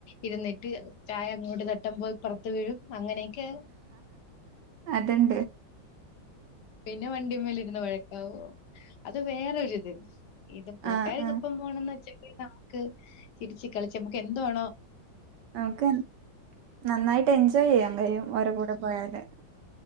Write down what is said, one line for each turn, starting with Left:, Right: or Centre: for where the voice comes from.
Left: ഇരുന്നിട്ട് ചായ അങ്ങൂട് തട്ടൻ പോയി പൊറത്ത് വീഴും അങ്ങനെയൊക്കെ
Right: അത്ണ്ട്.
Left: പിന്നെ വണ്ടിമ്മലിരുന്ന് വഴക്കാവോ, അത് വേറൊരിത്. ഇത് കൂട്ടുകാർക്ക്പ്പം
Right: ആ ആ
Left: പോണംന്ന് വെച്ചെങ്കിൽ നമുക്ക് ചിരിച്ച് കളിച്ച് നമുക്ക് എന്തുവേണോ
Right: നമുക്ക് നന്നായിട്ട് എൻജോയ് ചെയ്യാൻ കഴിയും ഓരെ കൂടെ പോയാല്.